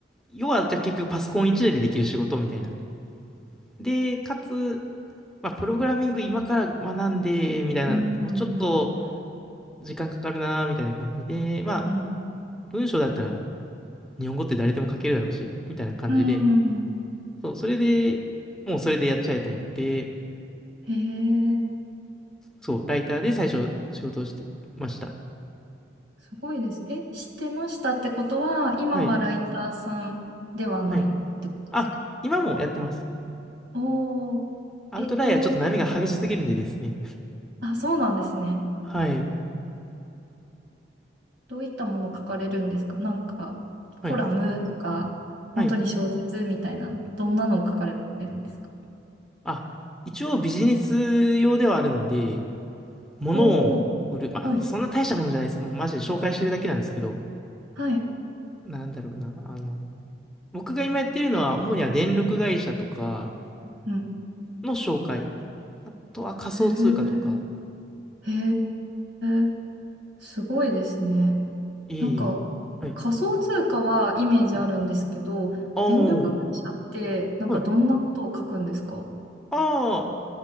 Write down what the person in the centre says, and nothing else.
要は、じゃあ結局パソコン一台でできる仕事みたいな。で、かつ、まあ、プログラミング今から学んで、みたいな、
もうちょっと時間かかるな、みたいな感じで、まあ、
文章だったら日本語って誰でも書けるだろうし、みたいな感じで、
そう、それで、もうそれでやっちゃえと思って、
そう、ライターで最初仕事をしてました。
はい。はい。あ、今もやってます。
アウトライアーちょっと波が激しすぎるんでですね。
はい。
はい。
はい。
あ、一応ビジネス用ではあるので、物を売る。
まあ、
そんな大したものじゃないです。もうマジで紹介してるだけなんですけど、
なんだろうな、あの、僕が今やっているのは、主には電力会社とか
の紹介、あとは仮想通貨とか、
いい、
はい、
はい。ああ、
はい。あ